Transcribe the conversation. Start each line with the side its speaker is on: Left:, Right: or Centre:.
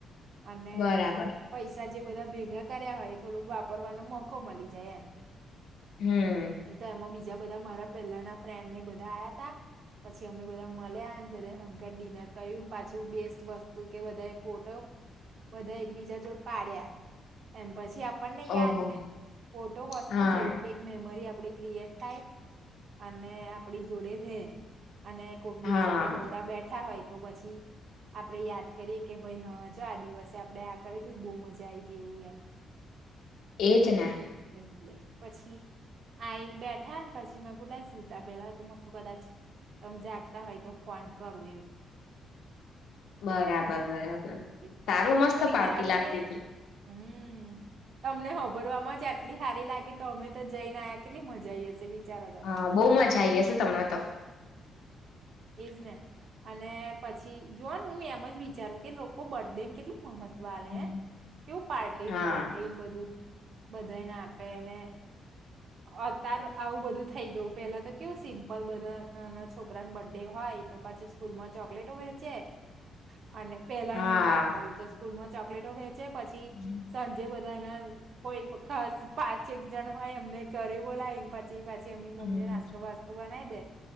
Right: અને
Left: બરાબર
Right: પૈસા જ જે બધા ભેગા કર્યા હોય થોડુંક વાપરવાનો મોકો મલી જાય એમ.
Left: હમ
Right: તો એમાં બીજા બધા મારા પેલાના ફ્રેન્ડ ને બધા આયા તા પછી અમે બધા મલ્યા ને બધા હંકાર ડિનર કર્યું પાછું બેસ્ટ વસ્તુ કે બધા એ ફોટો બધા એક બીજા જોડ પાડ્યા એમ પછી આપ પણને યાદ
Left: ઓહો
Right: રે ફોટો વસ્તુ
Left: હા
Right: જેવી કઈક મેમરી આપડી ક્રિએટ થાય અને આપડી જોડે રે અને કોક
Left: હા
Right: દિવસ આપડે નવરા બેઠા હોય તો પછી આપદે યાદ કરીએ કે ભાઈ હા જો આ દિવસે આપડે આ કરયુ તું બોહ મજા આઈ તી એવું એમ <inaudible>
Left: એજ ને
Right: એટલે પછી આઈને બેઠા પછી પછી મેં કે લાઈ સુતા પેલા તો મે કુ કદાચ તમે જાગતા હોય તો ફોન કરુ એવું.
Left: બરાબર બરાબર,
Right: એટલે
Left: સારું
Right: હું
Left: મસ્ત
Right: તો વિચારું
Left: પાર્ટી લાગતી
Right: કે
Left: હતી.
Right: હમ્મ. તમને હોભરવામાં જ આટલી સારી લાગી તો અમે તો જઈને આયા કેટલી મજા આવી વિચારો હશે. તમે
Left: હા બહુ મજા આઈ હશે તમને તો.
Right: એજને. અને પછી જોને હું એમ જ વિચારું કે લોકો બડેને કેટલું મહત્વ વાલે
Left: હમ
Right: કેવું પાર્ટી
Left: હા
Right: ને પાર્ટી ને બધું. બધાને આપેને, અતાર આવું બધું થઈ ગયું પેલા તો કેવું સિમ્પલ બધા નાના છોકરાને બર્થ ડે હોય તો પાછી સ્કૂલ માં ચોકલેટ વેચ વેચે છેે. અને પેલા
Left: હા
Right: ની વાત કરું તો સ્કૂલમાં ચોકલેટો વેચે પછી,
Left: હમ
Right: સાંજે બધા ના કોઈ ખાસ પાચેક જણ હોય એમને ઘરે બોલાયને પાછી પાછ જેમની મમ્મીને
Left: હમ
Right: નાસ્તો વાસ્તો બનાય ે